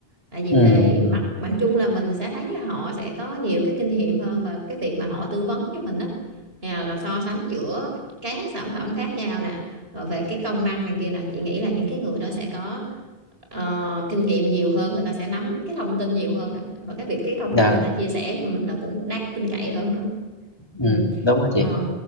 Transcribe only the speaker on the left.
ừ
ừ
dạ
ừ đúng rồi chị